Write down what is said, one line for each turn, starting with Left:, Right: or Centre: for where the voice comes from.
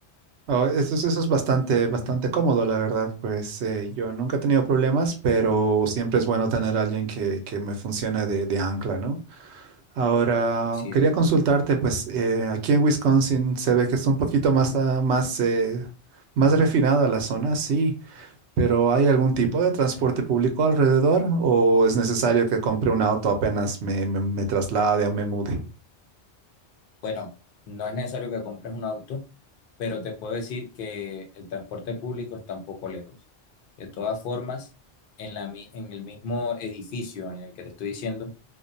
Right: Oh, eso, es eso es bastante, bastante cómodo, la verdad. Pues eh, yo nunca he tenido problemas, pero siempre es bueno tener a alguien que, que me funcione de, de ancla, ¿no? Ahora,
Left: Así
Right: quería
Left: es.
Right: consultarte, pues eh, aquí en Wisconsin se ve que es un poquito más, ah, más, eh, más refinada la zona, sí, pero ¿hay algún tipo de transporte público alrededor o es necesario que compre un auto apenas me, me, me traslade o me mude?
Left: Bueno, no es necesario que compres un auto, pero te puedo decir que el transporte público está un poco lejos. De todas formas, en la, mi- en el mismo edificio en el que te estoy diciendo,